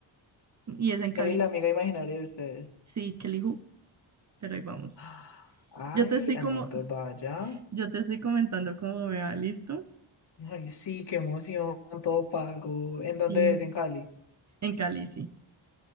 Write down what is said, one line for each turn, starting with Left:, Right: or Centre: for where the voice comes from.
Right: Y es en
Left: Él
Right: Cali.
Left: es la amiga imaginaria de ustedes. <gasps>
Right: Sí, Kelly, ju, pero ahí vamos.
Left: Ah, Ay,
Right: Yo te estoy
Left: ah,
Right: como,
Left: no, entonces vaya.
Right: yo te estoy comentando cómo me va, ¿listo?
Left: Ay, sí, qué emoción, todo pago. ¿En dónde
Right: Sí,
Left: es? ¿En Cali?
Right: en Cali, sí.